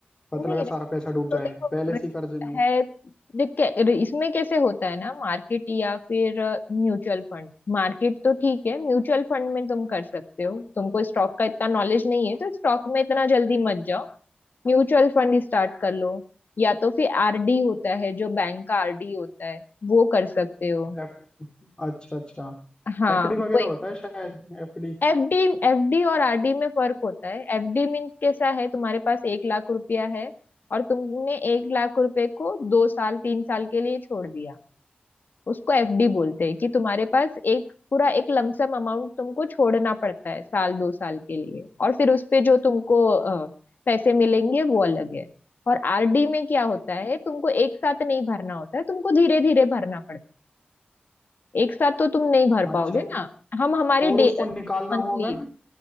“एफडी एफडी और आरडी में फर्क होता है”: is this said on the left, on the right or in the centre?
Left